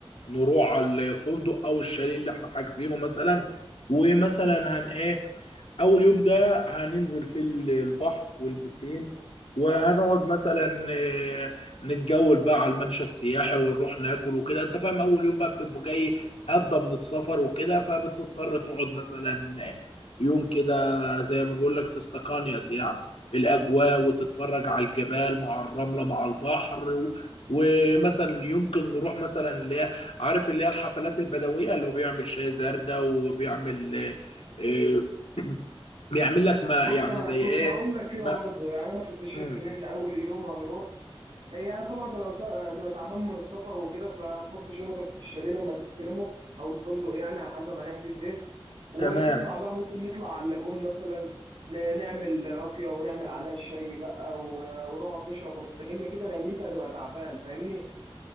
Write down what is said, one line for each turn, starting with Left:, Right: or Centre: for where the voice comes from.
Left: نروح على الفندق او الشاليه اللي احنا حاجزينه مثلا ومثلا هنقابل اول يوم ده هننزل في البحر والبسين وهنقعد مثلا آه، نتجول بقى على الممشى السياحي ونروح ناكل وكده انت فاهم اول يوم بقى بتبقى جاي هضه من السفر وكده فبتضطر تقعد مثلا يوم كده زي ما بقول لك تستقانيس يعني الاجواء وتتفرج على الجبال مع الرمله مع البحر و... ومثلا يمكن نروح مثلا اللي هي عارف اللي هي الحفلات البدويه اللي هو بيعمل شاي زردة وبيعمل آه، آه، بيعمل لك ما
Right: بص
Left: يعني
Right: انا
Left: زي
Right: كنت
Left: ايه
Right: هقول لك كده
Left: ما
Right: برضو يعني انا كنت شايف
Left: مم.
Right: ان احنا اول يوم هنروح هي طبعا تبقى تبقى تعبان من السفر وكده فتحط شنطك في الشاليه لما تستلمه او الفندق يعني على حسب هنحجز ايه وتطلع
Left: تمام
Right: بقى ممكن نطلع على اللاجون مثلا ن- نعمل راكية ونعمل عليها شاي بقى و- ونقعد نشرب ونستجم كده لان انت هتبقى تعبان فاهمني